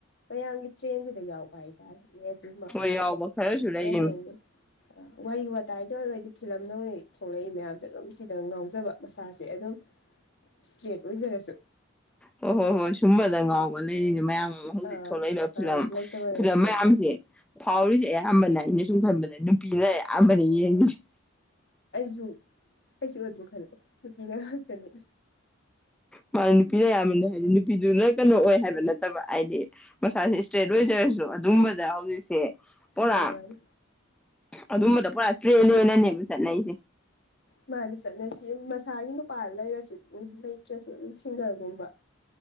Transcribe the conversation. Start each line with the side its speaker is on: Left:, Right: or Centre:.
Left: ꯃꯌꯥꯝꯒꯤ ꯇ꯭ꯔꯦꯟꯁꯤꯗ ꯌꯥꯎꯕ ꯍꯥꯏꯇꯥꯔꯦ꯫ ꯑꯦ ꯑꯗꯨꯃ
Centre: ꯍꯣꯏ
Left: ꯍꯥꯏꯗꯤ
Centre: ꯌꯥꯎꯕ ꯈꯔꯁꯨ ꯂꯩꯔꯤꯃꯤ
Left: ꯀꯩ ꯍꯥꯏꯅꯤ ꯋꯥꯔꯤ ꯋꯥꯇꯥꯏꯗ ꯑꯣꯏꯔꯣ ꯗꯤ ꯐꯤꯂꯝ ꯗꯧꯅ ꯊꯣꯛꯂꯛꯏ ꯃꯌꯥꯝꯁꯦ ꯑꯗꯨꯝ ꯁꯤꯗ ꯉꯥꯎꯖꯕ ꯃꯁꯥꯁꯦ ꯑꯗꯨꯝ ꯏꯁꯇ꯭ꯔꯦꯠ ꯑꯣꯏꯖꯔꯁꯨ
Centre: ꯍꯣꯏ ꯍꯣꯏ ꯍꯣꯏ ꯁꯨꯝꯕꯗ ꯉꯥꯎꯕ ꯂꯩꯔꯤꯅꯦ ꯃꯌꯥꯝ ꯍꯧꯖꯤꯛ
Left: ꯑꯥ
Centre: ꯊꯣꯛꯂꯛꯏꯕ
Left: ꯑꯪ
Centre: ꯐꯤꯂꯝ
Left: ꯂꯩꯇꯕ
Centre: ꯐꯤꯂꯝ
Left: ꯅꯠꯇꯦꯕ
Centre: ꯃꯌꯥꯝꯁꯦ ꯐꯥꯎꯔꯤꯁꯦ ꯑꯌꯥꯝꯕꯅ
Left: ꯎꯝ
Centre: ꯑꯩꯅ ꯁꯨꯝ ꯈꯟꯕꯗ ꯅꯨꯄꯤꯅ ꯌꯥꯝꯕꯅꯤ ꯌꯦꯡꯉꯤꯁꯦ
Left: ꯑꯁꯨ ꯑꯩꯖꯤ ꯈꯜꯂꯦ ꯅꯨꯄꯤꯅ ꯉꯛꯇꯥꯅꯦ
Centre: ꯃꯥ ꯅꯨꯄꯤꯅ ꯑꯌꯥꯝꯕꯅꯦ ꯍꯥꯏꯗꯤ ꯅꯨꯄꯤꯗꯨꯅ ꯀꯩꯅꯣ ꯑꯣꯏ ꯍꯥꯏꯕ ꯅꯠꯇꯕ ꯍꯥꯏꯗꯤ ꯃꯁꯥ ꯏꯁꯇꯦꯠ ꯂꯣꯏꯖꯔꯁꯨ ꯑꯗꯨꯝꯕꯗ ꯍꯧꯖꯤꯛꯁꯦ ꯄꯨꯔꯥ
Left: ꯃꯥꯅꯤ ꯃꯥꯅꯤ
Centre: ꯑꯗꯨꯝꯕꯗ ꯄꯨꯔꯥ ꯇ꯭ꯔꯦꯟꯅꯦꯅꯅꯦꯕ ꯆꯠꯅꯩꯁꯦ
Left: ꯃꯥ ꯆꯠꯁꯤ ꯃꯁꯥꯅ ꯄ ꯂꯩꯔꯁꯨ ꯎ ꯂꯩꯇ꯭ꯔꯁꯨꯝ ꯁꯤꯡꯒꯜꯒꯨꯝꯕ